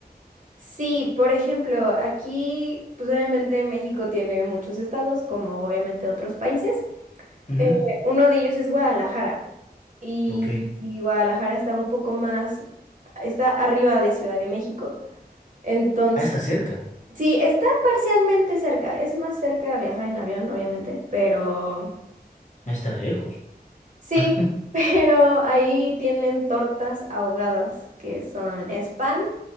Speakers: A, on the right; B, on the left.
A: Sí, por ejemplo, aquí, pues obviamente México tiene muchos estados, como obviamente otros países.
B: Ujú,
A: Eh, uno de ellos es Guadalajara y,
B: Ok.
A: y Guadalajara está un poco más, está arriba de Ciudad de México. Entonces,
B: Ah, está cerca,
A: sí, está parcialmente cerca, es más cerca viajar en avión, obviamente, pero
B: ah, está lejos.
A: sí,
B: <laughs>
A: <laughs> pero ahí tienen tortas ahogadas, que son, es pan